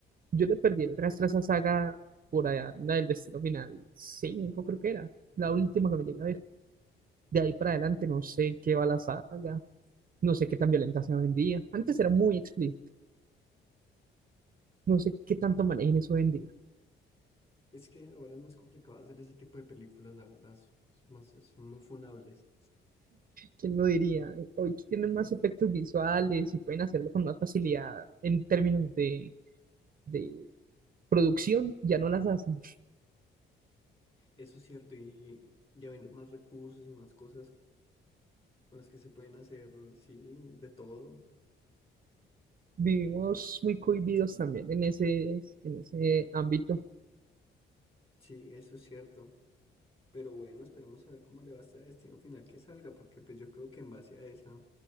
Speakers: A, on the right; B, on the left.
A: yo le perdí el rastro a esa saga por allá, la del Destino Final 5, creo que era. La última que me llegué a ver. De ahí para adelante no sé qué va la saga. No sé qué tan violenta sea hoy en día. Antes era muy explícita. No sé qué tanto manejen eso hoy en día.
B: Es que ahora es más complicado hacer ese tipo de películas, la verdad, es es más, son muy funables.
A: ¿Quién lo diría? Hoy tienen más efectos visuales y pueden hacerlo con más facilidad en términos de, de producción, ya no las hacen.
B: Eso es cierto, y ya viendo más recursos y más cosas con las que se pueden hacer, sí, de todo.
A: Vivimos muy cohibidos también en ese, en ese ámbito.
B: Sí, eso es cierto. Pero bueno, esperemos a ver cómo le va a este destino final que salga, porque pues yo creo que en base a esa,